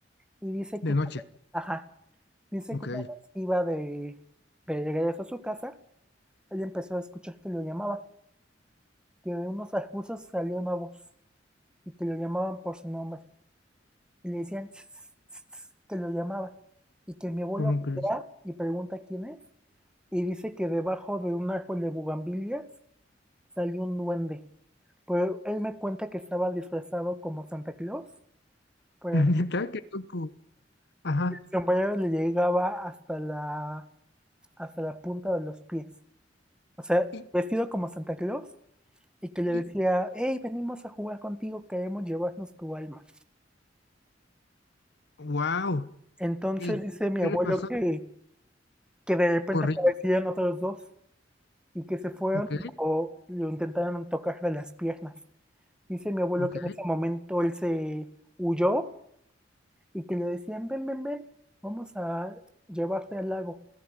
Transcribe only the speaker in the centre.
Y dice
que,
ajá, Dice
que una vez iba de, de regreso a su casa, él empezó a escuchar que lo llamaba, que de unos arbustos salió una voz y que lo llamaban por su nombre. Y le decían "Tss, tss, tss", que lo llamaba y que mi abuelo
voltea y pregunta quién es y dice que debajo de un árbol de bugambilias salió un duende. Pero él me cuenta que estaba disfrazado como Santa Claus,
pero
el sombrero le llegaba hasta la, hasta la punta de los pies. O sea,
vestido como Santa Claus y que le
decía, hey, venimos a jugar contigo, queremos llevarnos tu alma.
Entonces
dice mi
abuelo
que, que de repente
aparecieron otros dos y que se fueron
o lo intentaron tocar de las piernas. Dice mi abuelo
que en ese momento él se huyó y que le decían, ven, ven, ven, vamos a llevarte al lago